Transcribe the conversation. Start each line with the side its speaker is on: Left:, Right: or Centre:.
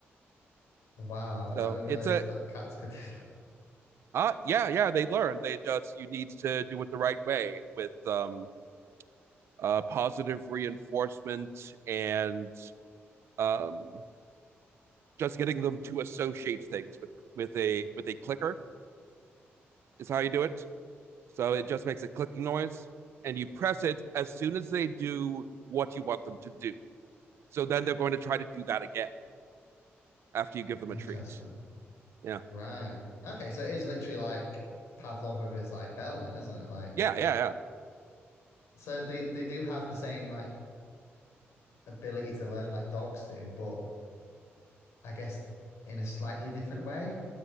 Left: Wow, I
Right: So
Left: didn't realize
Right: it's a
Left: that cats could do <laughs> that.
Right: uh yeah, yeah, they learn. They just you need to do it the right way with um uh positive reinforcement and um just getting them to associate things with with a with a clicker is how you do it. So it just makes a clicking noise and you press it as soon as they do what you want them to do. So then they're going to try to do that again after you give them
Left: Interesting.
Right: a treat. Yeah.
Left: Right. Okay, so it is literally like Pavlov with his like bell then, isn't it? Like
Right: Yeah, yeah, yeah.
Left: so they they do have the same like ability to learn like dogs do, but I guess in a slightly different way,